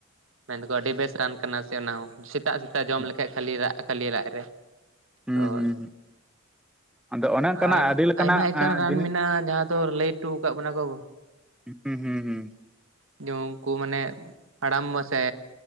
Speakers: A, on the right; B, in the centre.
A: ᱢᱮᱱᱫᱚᱠᱚ ᱟᱹᱰᱤ ᱵᱮᱥ ᱨᱟᱱ ᱠᱟᱱᱟ ᱥᱮ ᱚᱱᱟ ᱦᱚᱸ ᱥᱮᱛᱟᱜ ᱥᱮᱛᱟᱜ ᱡᱚᱢ
B: ᱦᱩᱸ
A: ᱞᱮᱠᱷᱟᱡ ᱠᱷᱟᱹᱞᱤ ᱨᱟᱜ ᱠᱷᱟᱞᱤ ᱞᱟᱡ ᱨᱮ
B: ᱦᱩᱸ
A: ᱚᱭ
B: ᱦᱩᱸ ᱦᱩᱸ ᱟᱫᱚ ᱚᱱᱮ ᱚᱱᱠᱟᱱᱟᱜ
A: ᱟᱨ
B: ᱟᱹᱰᱤ ᱞᱮᱠᱟᱱᱟᱜ
A: ᱟᱭᱢᱟ ᱮᱠᱟᱱ ᱨᱟᱱ
B: ᱡᱤᱱᱤᱥ
A: ᱢᱮᱱᱟᱜᱼᱟ ᱡᱟᱦᱟᱸᱼᱼ ᱛᱚ ᱞᱟᱹᱭ ᱦᱚᱴᱚ ᱟᱠᱟᱫ ᱵᱚᱱᱟ ᱠᱚ
B: ᱦᱩᱸ ᱦᱩᱸ ᱦᱩᱸ
A: ᱡᱮ ᱩᱱᱠᱩ ᱢᱟᱱᱮ ᱦᱟᱲᱟᱢ ᱵᱟᱥᱮ